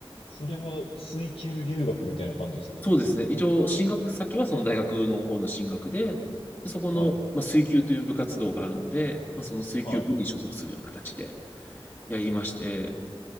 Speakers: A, on the left; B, on the left.
A: それは水球留学みたいな感じですか
B: そうですね。一応、進学先はその大学の方の進学で、でそこの、
A: はい、
B: まあ、水球という部活動があるので、まあ、その水球部に所属するような形で、
A: はい、
B: やりまして、